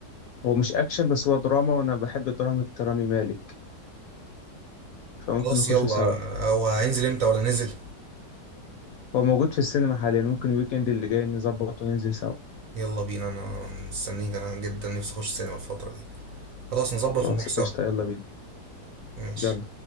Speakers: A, on the left; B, on the right.
A: هو مش أكشن بس هو دراما وأنا بحب دراما رامي مالك فممكن
B: خلاص
A: نخشه
B: يلا
A: سوا
B: هو هينزل امتى ولا نزل
A: هو موجود في السينما حاليا ممكن الويكند اللي جاي نظبط وننزل سوا
B: يلا بينا انا مستنيك انا جدا نفسي اخش السينما الفتره دي خلاص نظبط
A: خلاص
B: ونروح سوا
A: قشطة يلا بينا
B: ماشي
A: يلا